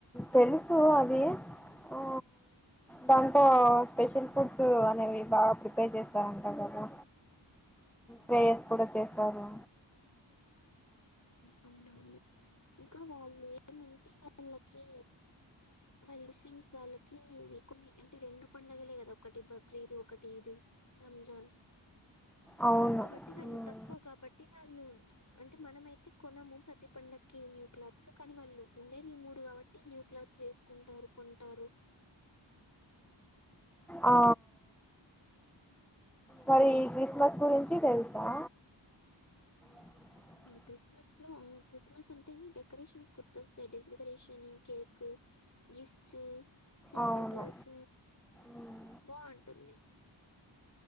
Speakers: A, in the centre; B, on the left.
A: తెలుసు అది ఆ
B: హ్మ్
A: బంత స్పెషల్ ఫుడ్స్ అనేవి బాగా ప్రిపేర్ చేస్తారంటారు కదా ప్రేయర్స్ కూడా చేస్తారు
B: అవునవును ఇంకా వాళ్ళు ఏమంటే వాళ్ళకి వాళ్ళ ముస్లిం వాళ్ళకి కొన్ని అంటే రెండు పండగలే కదా ఒకటి బక్రీ ఇ ఒకటి ఇది రంజాన్
A: అవును
B: కాబటి వాళ్ళు
A: మ్మ్.
B: తక్కువ కాబట్టి వాళ్ళు అంటే మనమయితే కొనము ప్రతిపండ కి న్యూ క్లాత్స్ కానీ వాళ్ళు ఉండేది ఈ మూడు కాబట్టి న్యూ క్లాత్స్ వేసుకుంటారు కొంటారు
A: ఆ మరి ఈ క్రిస్మస్ గురించి తెలుసా అ
B: క్రిస్మస్ లో క్రిస్మస్ అంటే డెకరేషన్స్ గుర్తొస్తాయి డెకరేషన్ కేక్ గిఫ్ట్స్ శాంటా
A: అవును
B: క్లాస్
A: మ్మ్.
B: బాగుంటుంది